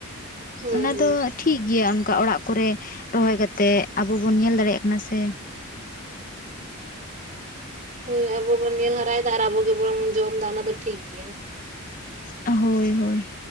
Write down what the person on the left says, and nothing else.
ᱚᱱᱟ
ᱫᱚᱼᱼ ᱴᱷᱤᱠ ᱜᱮᱭᱟ ᱚᱸᱠᱟ ᱚᱲᱟᱜ ᱠᱚᱨᱮ ᱨᱚᱦᱚᱭ ᱠᱟᱛᱮᱜ ᱟᱵᱚ ᱵᱚᱱ ᱧᱮᱞ ᱫᱟᱲᱮᱭᱟᱜ ᱠᱟᱱᱟ, ᱥᱮᱼᱼ
ᱦᱳᱭ ᱦᱚᱭ᱾